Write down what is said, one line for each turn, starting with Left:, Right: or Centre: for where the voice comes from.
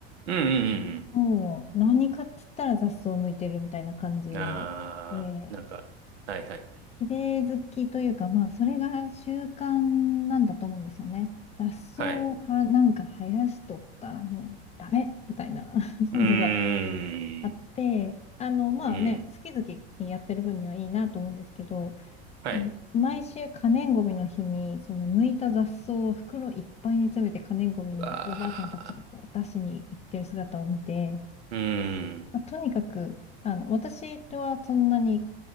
Right: うんうんうんう
Left: もう、何かっつったら雑草抜いてるみたいな感じ
Right: ん。あーなんか、
Left: で、
Right: はいはいはい。
Left: 綺麗好きというか、まあ、それが習慣なんだと思うんですよね。雑草をはなんか生やしとったらもうダメみたいな
Right: はい。
Left: <laughs>
Right: うーん。
Left: のがあって、あの、まあね、
Right: うん。
Left: 好き好きやってる分にはいいなと思うんですけど、
Right: はい。
Left: 毎週可燃ごみの日に、その抜いた雑草を袋いっぱいに詰めて可燃ごみにおばあちゃんたちがこう出しに行ってる姿を見て、
Right: ああ、うーん。
Left: まあとにかく、あの、私はそんなに、